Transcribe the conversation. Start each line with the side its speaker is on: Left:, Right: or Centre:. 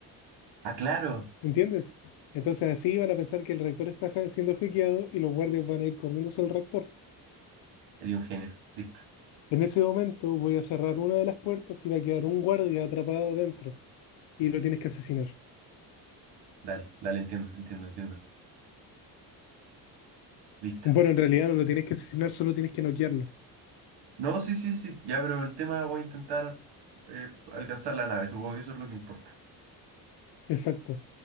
Right: Ah, claro.
Left: ¿entiendes? Entonces así van a pensar que el reactor está ha- siendo hackeado y los guardias van a ir corriendo hacia el reactor.
Right: Eres un genio. Listo.
Left: En ese momento voy a cerrar una de las puertas y va a quedar un guardia atrapado dentro y lo tienes que asesinar.
Right: Dale, dale, entiendo, entiendo, entiendo. Listo.
Left: Bueno, en realidad no lo tienes que asesinar, solo tienes que noquearlo.
Right: No, sí, sí, sí. Ya, pero el tema voy a intentar eh, alcanzar la nave. Supongo que eso es lo que importa.
Left: Exacto.